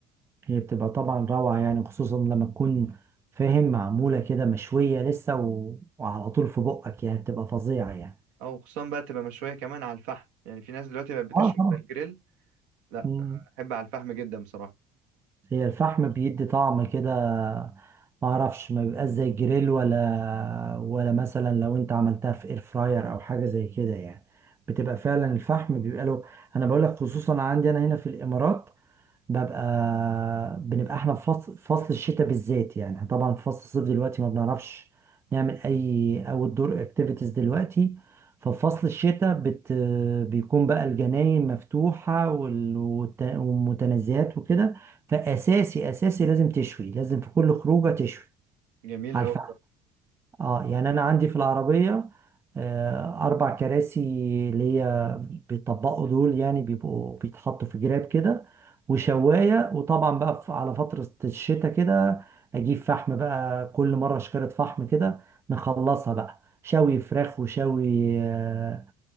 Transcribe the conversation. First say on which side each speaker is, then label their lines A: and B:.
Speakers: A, on the right; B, on the right.
A: هي بتبقى طبعا روعة يعني وخصوصا لما تكون فاهم معمولة كده مشوية لسه و... وعلى طول في بقك يعني بتبقى فظيعة يعني
B: او خصوصا بقى تبقى مشوية كمان على الفحم يعني في ناس دلوقتي بقت بتشوي
A: آه طبعا
B: على الجريل لا
A: مم.
B: بحب على الفحم جدا بصراحة
A: هي الفحم بيدي طعم كده ما اعرفش ما بيبقاش زي الجريل ولا ولا مثلا لو انت عملتها في اير فراير او حاجه زي كده يعني بتبقى فعلا الفحم بيبقى له انا بقول لك خصوصا عندي انا هنا في الامارات ببقى بنبقى احنا في فصل فصل الشتاء بالذات يعني احنا طبعا في فصل الصيف دلوقتي ما بنعرفش نعمل اي اوت دور اكتيفيتيز دلوقتي ففي فصل الشتاء بت... بيكون بقى الجناين مفتوحة وال... والت- والمتنزهات وكده فأساسي أساسي لازم تشوي لازم في كل خروجة تشوي
B: جميل
A: على
B: أوي
A: الفحم
B: بصراحة.
A: اه يعني انا عندي في العربيه آه، اربع كراسي اللي هي بيطبقوا دول يعني بيبقوا بيتحطوا في جراب كده وشوايه وطبعا بقى في- على فتره الشتاء كده اجيب فحم بقى كل مره شكاره فحم كده نخلصها بقى شوي فراخ وشوي آه،